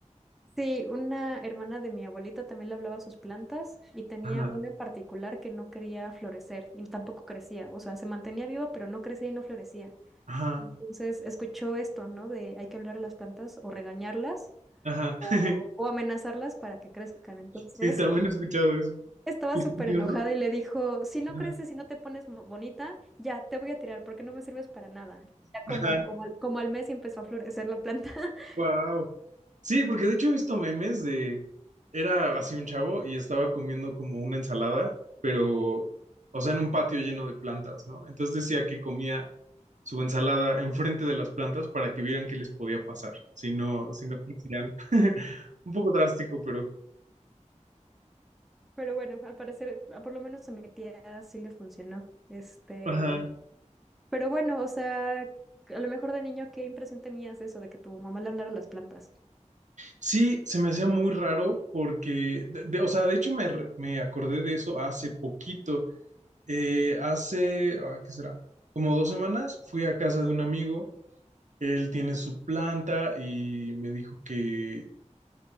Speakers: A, in the centre; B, on the right.
A: Sí, una hermana de mi abuelita también le hablaba a sus plantas y tenía
B: Ajá,
A: una en particular que no quería florecer y tampoco crecía, o sea, se mantenía viva pero no crecía y no florecía.
B: ajá,
A: Entonces escuchó esto, ¿no? De hay que hablar a las plantas o regañarlas
B: ajá.
A: o,
B: <laughs>
A: o amenazarlas para que crezcan. Entonces
B: Sí, también he escuchado eso.
A: <laughs> estaba
B: ¿Y
A: súper
B: funcionó?
A: enojada y le dijo, si no
B: Ajá.
A: creces, si no te pones mo- bonita, ya te voy a tirar porque no me sirves para nada. Ya como,
B: Ajá.
A: como, al- como al mes y empezó a florecer la planta. <laughs>
B: Wow. Sí, porque de hecho he visto memes de, era así un chavo y estaba comiendo como una ensalada, pero, o sea, en un patio lleno de plantas, ¿no? Entonces decía que comía su ensalada enfrente de las plantas para que vieran qué les podía pasar, si no, si no crecían. <laughs> Un poco drástico, pero...
A: Pero bueno, al parecer, a- por lo menos a mi tía sí le funcionó. Este,
B: Ajá.
A: pero bueno, o sea, a lo mejor de niño, ¿qué impresión tenías de eso, de que tu mamá le hablara a las plantas?
B: Sí, se me hacía muy raro porque, de- de- o sea, de hecho me, re- me acordé de eso hace poquito. Eh, hace, ah, ¿qué será? Como dos semanas fui a casa de un amigo, él tiene su planta y me dijo que,